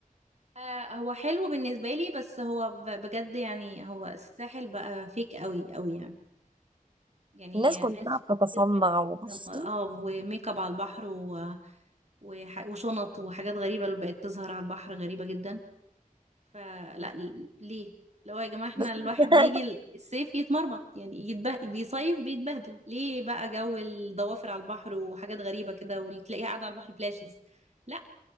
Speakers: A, on the right; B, on the right.
A: آه، هو حلو بالنسبه لي بس هو ب- بجد يعني هو الساحل بقى فيك قوي قوي يعني يعني
B: الناس كلها
A: ناس
B: بتتصنع
A: كتير بت
B: وبصي
A: اه وميك اب على البح- البحر و... وح... وشنط وحاجات غريبة اللي بقت تظهر على البحر غريبة جدا فلا ل- ليه لو يا جماعة احنا
B: بس
A: الواحد
B: <laughs>
A: بيجي الصيف يتمرمط يعني يتبهدل بيصيف بيتبهدل ليه بقى جو الضوافر على البحر وحاجات غريبة كده وتلاقيها قاعدة على البحر بلاشز لا